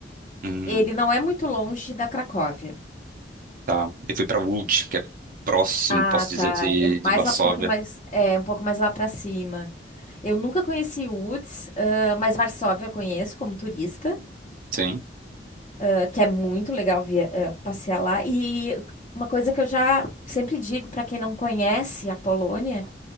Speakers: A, on the right; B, on the left.
A: Hum,
B: Ele não é muito longe da Cracóvia.
A: tá. Eu fui pra Łódź, que é próximo,
B: Ah,
A: posso dizer,
B: tá.
A: de,
B: É
A: de
B: mais
A: Varsóvia.
B: lá, um pouquinho mais, é, um pouco mais lá pra cima. Eu nunca conheci Łódź, ah, mas Varsóvia eu conheço como turista,
A: Sim,
B: ah, que é muito legal via, ah, passear lá. E uma coisa que eu já sempre digo pra quem não conhece a Polônia